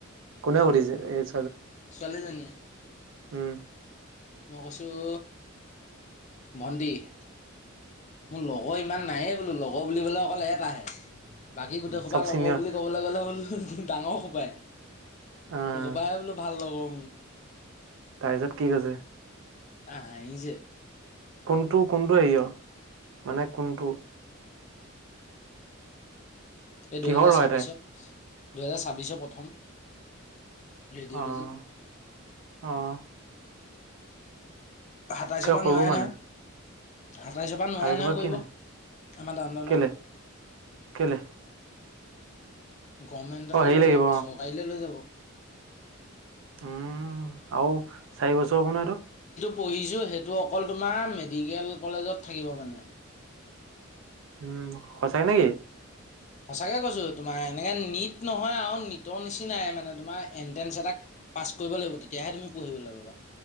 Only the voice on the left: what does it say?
ছোৱালীজনীয়ে।
মই কৈছোঁ, ভণ্টী -- মোৰ লগৰ ইমান নাইয়ে বোলো লগৰ বুলিব'ল অকল এটাহে। বাকী গোটেইখোপা
লগৰ
বুলি ক'বলৈ গ'লে হ'ল। ডাঙৰ খপ <unintelligible> এই
সোপাই বোলো ভাল লগৰ। উম,
আহ, হাহিছে।
এই
দুহেজাৰ
ছাব্বিছত-
দুহেজাৰ ছাব্বিছৰ প্ৰথম। ৰেডিঅ'লজি
সাতাইছ পা
নোৱাৰে
নহয় আঠাইচৰ পা নোৱাৰে
নহয় কৰিব
আমাৰ ডাউন টাউনত।
গভমেণ্টলৈ
লৈ
যাব
চৰকাৰীলে লৈ যাব।
প‌ঢ়িছোঁ সেইটো অকল তোমাৰ মেডিকেল কলেজত থাকিব মানে।
সঁচাকে কৈছোঁ তোমাৰ এনেকে নীট নহয় আৰু নীটৰ নিচিনাই মানে তোমাৰ এণ্ট্ৰেঞ্চ এটা পাছ কৰিব লাগিব তেতিয়াহে তুমি পঢ়িবলৈ পাবা।